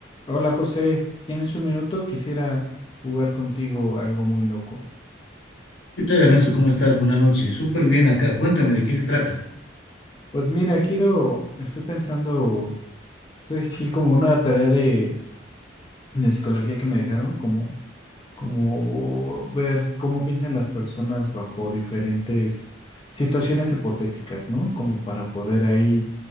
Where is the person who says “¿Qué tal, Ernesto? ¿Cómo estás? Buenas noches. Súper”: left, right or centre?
Left